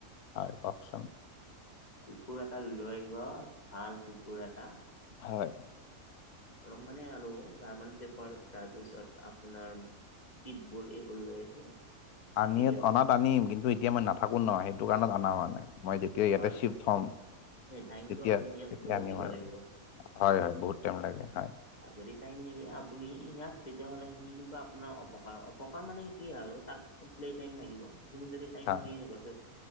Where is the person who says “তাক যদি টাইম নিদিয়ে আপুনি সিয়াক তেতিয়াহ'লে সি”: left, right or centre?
Left